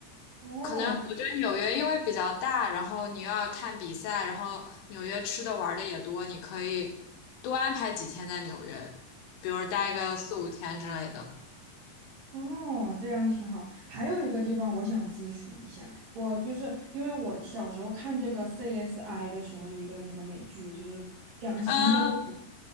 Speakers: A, on the right (about 65°); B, on the left (about 85°).
A: 哦。
B: 可能我觉得纽约因为比较大，然后你又要看比赛，然后纽约吃的玩的也多，你可以多安排几天在纽约，比如待个四五天之类的。
A: 哦，这样挺好。还有一个地方我想咨询一下，我就是因为我小时候看这个 CSI 的时候，就一个那个美剧，就是讲行程的
B: 嗯，